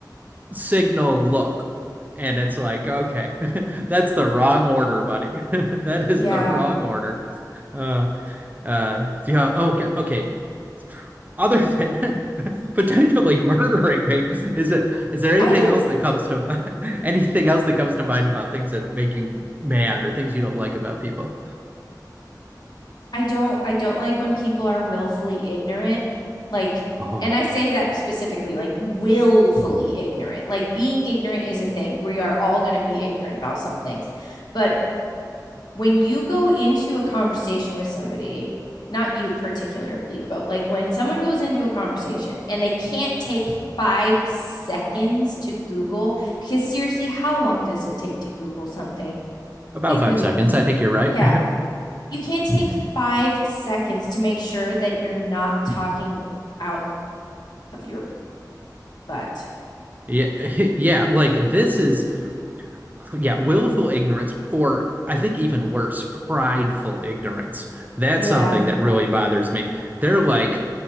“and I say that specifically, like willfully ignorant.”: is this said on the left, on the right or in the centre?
Left